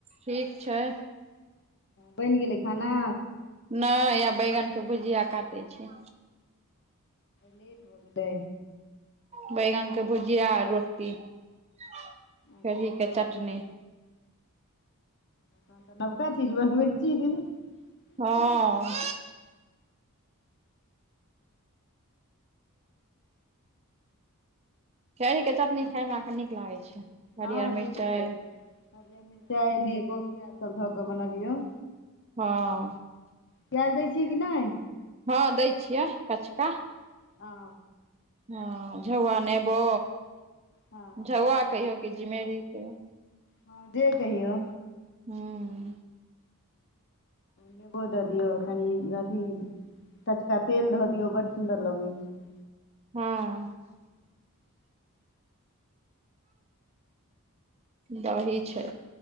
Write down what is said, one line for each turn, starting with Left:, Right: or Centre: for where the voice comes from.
Right: ठीक छै
Left: बैन गेलै खाना?
Right: नै हैया बैगन के भुजिया काटे छी।
Left: लेट भऽ गेलै।
Right: बैगन के भुजिया रोटी, खेरही
Left: अच्छा तहन
Right: के चटनी।
Left: तऽ नबका चीज बनबै छी। ह
Right: हँ खेरही के चटनी खाायमें अहाँकेँ नीक लागै छै, हरियर
Left: हँ
Right: मिरचाइ
Left: नीक लगै छै हरियर मिरचाई, नेबो, प्याज सब धऽ कऽ बनबियौ
Right: हँ।
Left: प्याज दै छियै कि नै?
Right: हँ दै छियै कचका।
Left: हँ
Right: हँ <unintelligible> ने बो
Left: हँ
Right: जआ कौ <unintelligible>
Left: हाँ जे कहियौ?
Right: हम्म
Left: नेबो दऽ दियौ कनि अथी कचका तेल धऽ दियौ बड़ सुंन्दर लगैत छै।
Right: ह्म्म दही छै।